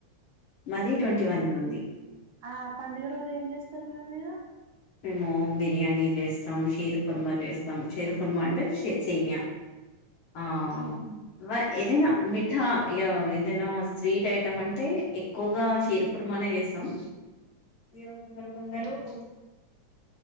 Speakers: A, on the left; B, on the right.
A: మాది
B: ఉహు
A: ట్వంటీ వన్ కు ఉంది
B: ఆ పండుగ రోజు ఏం చేస్తారు మరి మీరు
A: మేము బిర్యానీ చేస్తాం షీర్ ఖుర్మ చేస్తాం షీర్ కుర్మ అంటే సేమియా ఆ
B: మ్మ్ హు
A: వ ఏదయినా మిఠా ఇగ ఏదైన స్వీట్ ఐటమ్ అంటే ఎక్కువగా షీర్ కుర్మానే చేస్తాం ఇగ కొందరు కొందరు
B: మ్మ్ హు